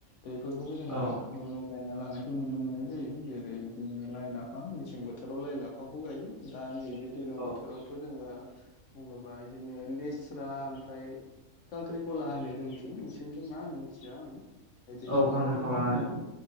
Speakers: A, on the left; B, on the right.
A: बेफोरखौबो जोंआ
B: औ
A: न'न' गायना लानाय खौ नुनो मोननाय जायो जेरै बिदिनो लाइ-लाफा मेसें बोथोराव लाइ लाफाखौ गायो दा नै बे दैलां
B: औ
A: बोथोरावथ' जोङो बुङोबा बिदिनो लेस्रा ओमफ्राय खांख्रि खला होननाय जोंथिं नोंसोरनिथिं मा होनो मिथिया आं बिदिनो
B: औ खांख्रिखला
A: आरो
B: होनो
A: बुङो